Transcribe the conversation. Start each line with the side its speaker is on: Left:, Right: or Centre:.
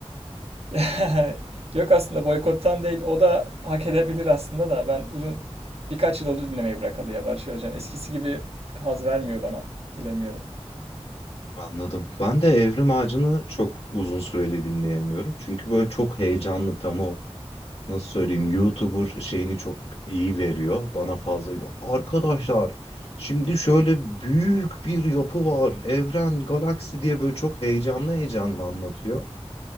Right: <laughs> Yok aslında boykottan değil. O da hak edebilir aslında da. Ben uzun birkaç yıl oldu dinlemeyi bırakalı ya Barış Özcan. Eskisi gibi haz vermiyor bana. Bilemiyorum.
Left: Anladım. Ben de Evrim Ağacı'nı çok uzun süreli dinleyemiyorum. Çünkü böyle çok heyecanlı tam o. nasıl söyleyeyim YouTuber şeyini çok iyi veriyor. Bana fazla arkadaşlar şimdi şöyle büyük bir yapı var. Evren, galaksi diye böyle çok heyecanlı heyecanlı anlatıyor.